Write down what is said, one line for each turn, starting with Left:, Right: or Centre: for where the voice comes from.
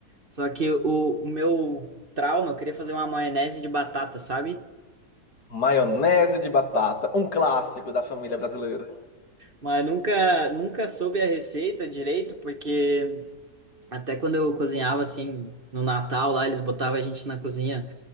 Right: Só que o, o meu trauma, eu queria fazer uma maionese de batata, sabe?
Left: Maionese de batata, um clássico da família brasileira.
Right: Mas nunca, nunca soube a receita direito, porque até quando eu cozinhava assim no Natal lá, eles botavam a gente na cozinha.